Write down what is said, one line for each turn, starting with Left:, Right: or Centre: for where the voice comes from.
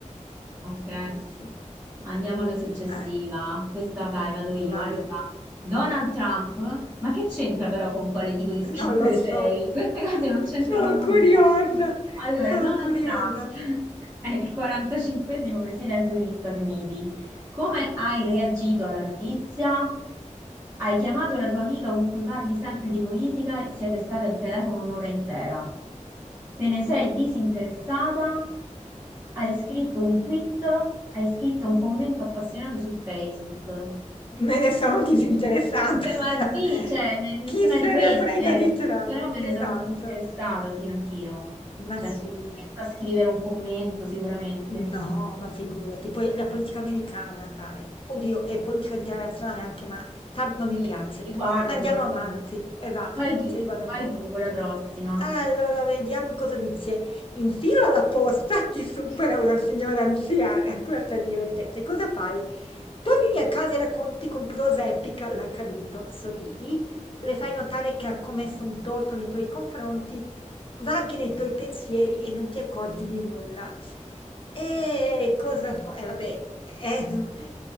Right: ok.
Left: Sì, sì.
Right: Andiamo alla successiva.
Left: Sì, eh.
Right: Questa, dai, vado io.
Left: Vai.
Right: Allora,
Left: <laughs>
Right: Donald Trump, ma che c'entra però con quale tipo di scrittore
Left: Non lo so.
Right: sei? <laughs> Queste cose non c'entrano
Left: Sono
Right: nulla.
Left: curiosa,
Right: Allora,
Left: sono
Right: Donald
Left: curiosa.
Right: Trump <laughs> è il 45esimo presidente degli Stati Uniti. Come hai reagito alla notizia? Hai chiamato la tua amica con cui parli sempre di politica e siete state al telefono un'ora intera. Te ne sei disinteressata? Hai scritto un tweet? Hai scritto un commento appassionato su Facebook?
Left: Me ne sono disinteressata.
Right: Minchia,
Left: <laughs>
Right: Ma sì, cioè, ne- nessuna
Left: Chi se
Right: di queste,
Left: ne frega di Trump?
Right: però me
Left: Esatto.
Right: ne sono disinteressata, sì, anch'io.
Left: Ma
Right: Cioè,
Left: sì.
Right: non mi metto a scrivere un commento sicuramente.
Left: No, ma figurati, poi la politica americana, dai, oddio, e politica internazionale anche, ma Trump non
Right: Sì,
Left: mi piace.
Right: ci riguarda,
Left: Andiamo
Right: però.
Left: avanti,
Right: no.
Left: errata,
Right: Vai tu,
Left: ci riguarda
Right: vai
Left: poco.
Right: tu con la prossima.
Left: Allora, vediamo cosa dice. In fila alla posta <laughs> ti supera
Right: <laughs>
Left: una signora anziana, questa è divertente. Cosa fai? Torni a casa e racconti con prosa epica l'accaduto, sorridi, le fai notare che ha commesso un torto nei tuoi confronti Vaghi nei tuoi pensieri e non ti accorgi di nulla. E cosa fa? eh, vabbè, eh, <laughs>